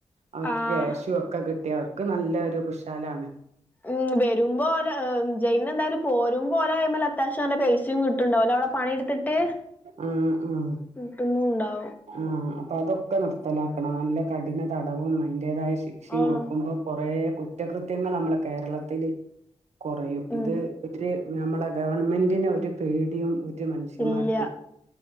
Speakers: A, on the right; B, on the left.
A: അവർക്ക്
B: ആഹ്
A: ക്യാഷും ഒക്കെ കി ട്ടി അവർക്ക് നല്ലൊരു കുശാലാണ്.
B: ഉം വരുമ്പ ഓല് ജയിലിന്ന് എന്തായാലും പോരുമ്പോ ഓലെ കയ്യിമ്മല് അത്യാവശ്യം നല്ല പൈസയും കിട്ട്ണ്ടാവല്ലേ അവടെ പണിയെടുത്തി ട്ട്
A: ആഹ് ആഹ്
B: കിട്ടുന്നു ഉണ്ടാവു
A: ആഹ് അപ്പ അതൊക്കെ നിർത്തലാക്കണം നല്ല കഠിന തടവും അതി ന്റെതായ ശിക്ഷയും
B: ആഹ്
A: കൊടുക്കുമ്പ കൊറേ കുറ്റകൃത്യങ്ങൾ നമ്മളെ കേരളത്തില് കുറയും.
B: ഉം
A: ഇത് ഒരു നമ്മളെ ഗവൺമെന്റിനെ ഒരു പേടിയും ഒ രു മനുഷ്യന്മാർക്കും
B: ഇല്ല